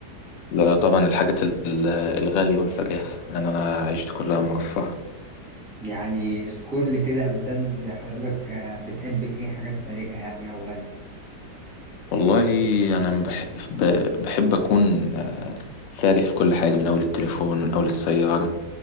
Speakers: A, on the left (about 75°); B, in the centre.
A: لا طبعا الحاجات ال- الغالية والفجاهة يعني انا عشت كلها مرفهة
B: يعني اذكر لي كده امثال زي حضرتك آه، بتحب ايه حاجات فارهه يعني او غاليه
A: والله انا بحب, بحب اكون فارح في كل حاجة من اول التليفون من اول السيارة